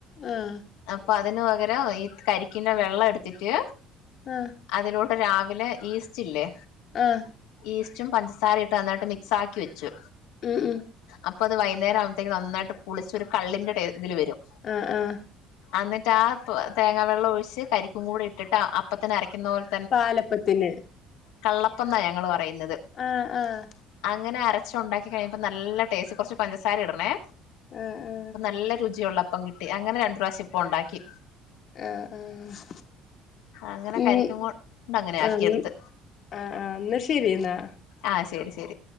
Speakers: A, on the left (about 55°); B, on the left (about 85°).
A: ആഹ്
B: അപ്പ അതിന് പകരം ഈ കരിക്കിന്റെ വെള്ളം എടുത്തിട്ട്
A: ആഹ്
B: അതിലൂടെ രാവിലെ ഈസ്റ്റില്ലേ
A: ആഹ്
B: ഈസ്റ്റും പഞ്ചസാര ഇട്ട് നന്നായിട്ട് മിക്സാക്കി വെച്ചു
A: ഉം ഉം
B: അപ്പത് വൈന്നേരാമ്പത്തേക്കും നന്നായിട്ട് പുളിച്ച് ഒരു കള്ളിന്റെ ടേ ഇതില് വരും
A: ആഹ് ആഹ്
B: അന്നിട്ട് ആ പ് തേങ്ങ വെള്ളം ഒഴിച്ച് കരിക്കും കൂടി ഇട്ടിട്ട് അപ്പത്തിന് അരയ്ക്കുന്ന പോലെ
A: പാലപ്പത്തിന്
B: കള്ളപ്പംന്നാ ഞങ്ങള് പറയുന്നത്
A: ആഹ് ആഹ്
B: അങ്ങനെ അരച്ചൊണ്ടാക്കി കഴിഞ്ഞപ്പ നല്ല ടേസ്റ്റ് കുറച്ച് പഞ്ചസാര ഇടണേ
A: ആഹ് ആഹ്
B: അപ്പ നല്ല രുചിയുള്ള അപ്പം കിട്ടി അങ്ങനെ രണ്ട്റാശം ഇപ്പം ഒണ്ടാക്കി
A: ആഹ് ആഹ്
B: അങ്ങനെ
A: ഉം
B: കരിക്കും കൊണ്ട് അങ്ങനെ ആക്കിയെടുത്ത്
A: ആയി ആഹ് ന്നാ ശരി ന്നാ
B: ആഹ് ശരി ശരി